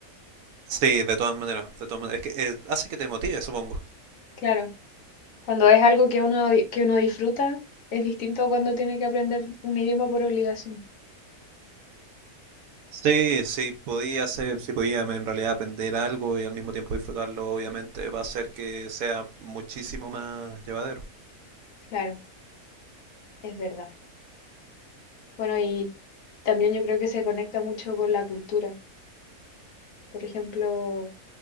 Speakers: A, on the right; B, on the left.
A: sí, de todas maneras, de todas maneras. Es que eh, hace que te motive, supongo.
B: Claro, cuando es algo que uno, di- que uno disfruta, es distinto cuando tiene que aprender un idioma por obligación.
A: Sí, sí, podía hacer, si podía en realidad aprender algo y al mismo tiempo disfrutarlo, obviamente va a hacer que sea muchísimo más llevadero.
B: Claro. Es verdad. Bueno, y también yo creo que se conecta mucho con la cultura. Por ejemplo,